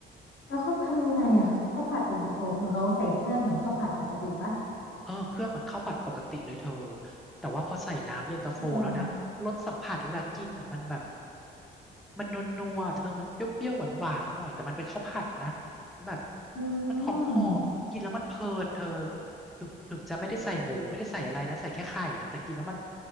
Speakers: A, on the left; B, in the centre.
A: แล้วเขาทำยังไงอ่ะข้าวผัดเย็นตาโฟคือเขาใส่เครื่องเหมือนข้าวผัดปกติปะ
B: เออเครื่องเหมือนข้าวผัดปกติเลยเธอแต่ว่าพอใส่น้ำเย็นตาโฟแล้วนะรสสัมผัสเวลากินอ่ะมันแบบ
A: หรอ
B: มันนัวๆเธอมันเปรี้ยวๆหวานๆหน่อยแต่มันเป็นข้าวผัดนะแบบ
A: อื
B: มันหอมๆกินแล้วมันเพลินเธอ
A: ม
B: ถึงถึงจะไม่ได้ใส่หมูไม่ได้ใส่อะไรนะใส่แค่ไข่นะแต่กินแล้วมัน